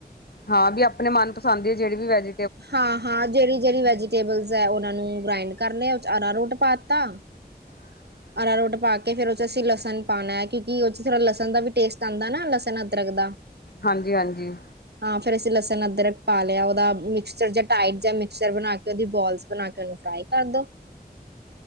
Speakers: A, on the left; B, on the right.
A: ਹਾਂ ਵੀ ਆਪਣੇ ਮਨਪਸੰਦ ਹੈ, ਜਿਹੜੇ ਵੀ ਵੈਜ।
B: ਹਾਂ-ਹਾਂ, ਜਿਹੜੀ ਜਿਹੜੀ ਵੈਜੀਟੇਬਲਸ ਹੈ, ਉਹਨਾ ਨੂੰ ਗ੍ਰੇਡ ਕਰ ਲਿਆ, ਅਰਾ ਰੋਟ ਪਾਤਾ।
A: <unintelligible>
B: ਆਰਾ ਰੋਟ ਪਾ ਕੇ ਫਿਰ ਉਹ ਚ ਅਸੀਂ ਲਸਣ ਪਾਣਾ, ਕਿਉਂਕਿ ਉਹ ਚ ਥੋੜਾ ਲਸਣ ਦਾ ਵੀ ਟੇਸਟ ਆਦਾ ਨਾ ਲਸਣ ਅਦਰਕ ਦਾ।
A: ਹਾਂਜੀ, ਹਾਂਜੀ।
B: ਹਾਂ, ਫੇਰ ਅਸੀਂ ਲਸਣ ਅਦਰਕ ਪਾ ਲਿਆ ਉਹਦਾ। ਜਾਂ ਮਿਕਸਰ ਬਣਾ ਕੇ ਉਹਦੀ ਬੋਲਸ ਬਣਾ ਕੇ, ਉਹਨੂੰ ਫਰਾਈ ਕਰ ਦੋ।